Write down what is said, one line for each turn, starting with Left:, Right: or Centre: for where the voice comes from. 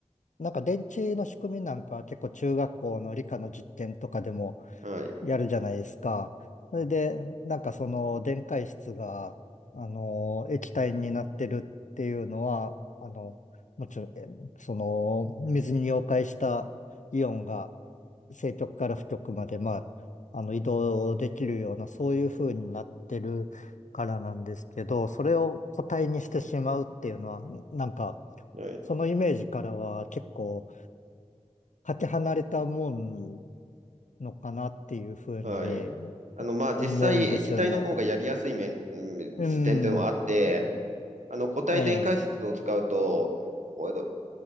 Left: なんか電池の仕組みなんかは結構中学校の理科の実験とかでも、
Right: はい。
Left: やるじゃないですか。それで、なんかその電解質が、あの、液体になってるっていうのは、あの、もちろん、えその、水に溶解したイオンが正極から負極まで、まあ、あの、移動できるような、そういう風になってるからなんですけど、それを固体にしてしまうっていうのは、なんか、
Right: はい。
Left: そのイメージからは結構かけ離れたもんのかなっていうふうに
Right: はい。あの、まあ、
Left: 思うんですよね。
Right: 実際、液体の方がやりやすい面、うん点っはあって、
Left: うん、
Right: あの、固体電解質を使うと、
Left: ええ、
Right: おいど